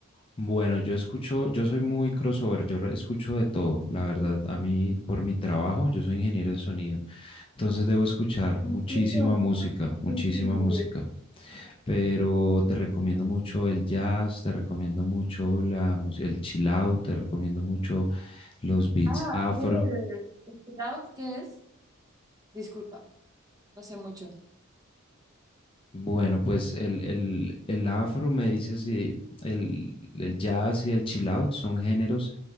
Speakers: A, on the left; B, on the right.
A: Bueno, yo escucho, yo soy muy crossover, yo re- escucho de todo, la verdad, a mí, por mi trabajo, yo soy ingeniero de sonido, entonces debo escuchar
B: ¿En
A: muchísima
B: serio?
A: música, muchísima
B: Qué increíble.
A: música, pero te recomiendo mucho el jazz, te recomiendo mucho la, mus- el chill out, te recomiendo mucho los beats
B: Ah,
A: afro,
B: ¿qué de... ¿El out qué es? Disculpa, no sé mucho.
A: Bueno, pues el, el, el afro, me dices, y el, el jazz y el chill out son géneros